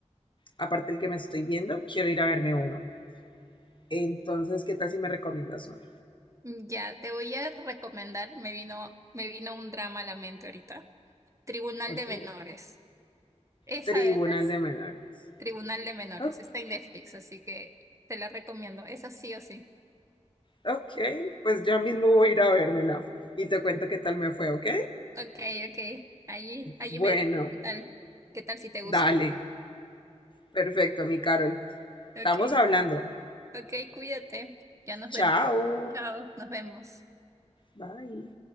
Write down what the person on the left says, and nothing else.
Aparte el que me estoy viendo, quiero ir a verme uno. Entonces, ¿qué tal si me recomiendas uno?
Ok.
Tribunal
de Menores.
Ok,
ok. Pues ya mismo voy a ir a vérmela y te cuento qué tal me fue, ¿ok?
Bueno,
dale. Perfecto, mi Carol.
Estamos hablando.
Chao.
Bye.